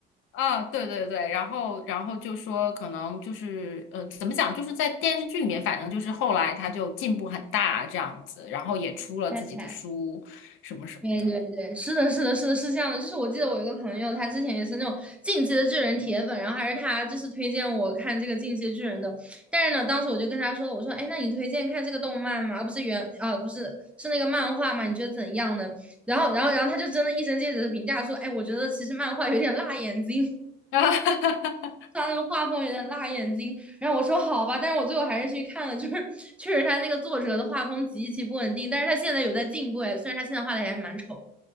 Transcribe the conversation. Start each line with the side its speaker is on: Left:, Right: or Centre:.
Left: 啊，对对对，然后然后就说可能就是呃，怎么讲，就是在电视剧里面，反正就是后来他就进步很大这样子，然后也出了自己的书什么什么的。
Centre: 太太对对对，是的，是的，是的，是这样的。就是我记得我有一个朋友，他之前也是那种进击的巨人铁粉，然后还是他就是推荐我看这个进击的巨人的。但是呢，当时我就跟他说，我说，哎，那你推荐看这个动漫吗？而不是原，啊，不是，是那个漫画吗？你觉得怎样呢？然后，然后，然后他就真的一针见血的评价说，哎，我觉得其实漫画有点辣眼睛。
Left: <laughs>
Centre: 他那个画风有点辣眼睛，然后我说好吧，但是我最后还是去看了，就是确实他那个作者的画风极其不稳定，但是他现在有在进步哎，虽然他现在画的也还蛮丑。